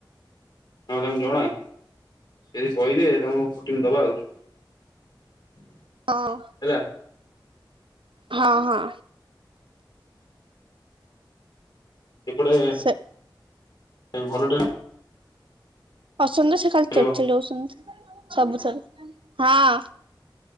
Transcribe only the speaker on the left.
ହଁ ତାଙ୍କୁ ଜଣା ସେ କହିବେ ତାଙ୍କୁ ପ୍ରୋଟିନ୍ ଦବା ଆଉ। <inaudible>
ହେଲା
ଏପଟେ।
ଏବେ ଭଲ ଟେ
ହ୍ୟାଲୋ